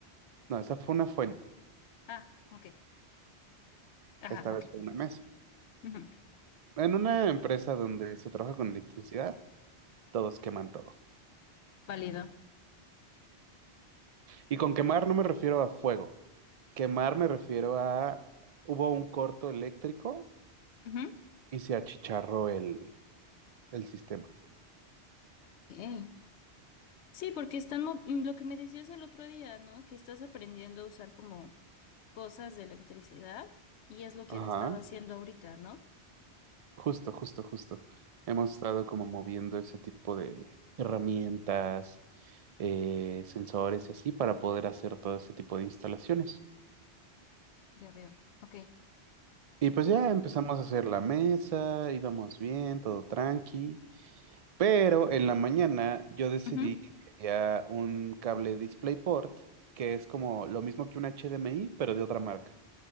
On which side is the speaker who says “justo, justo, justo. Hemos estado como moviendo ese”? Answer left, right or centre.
Right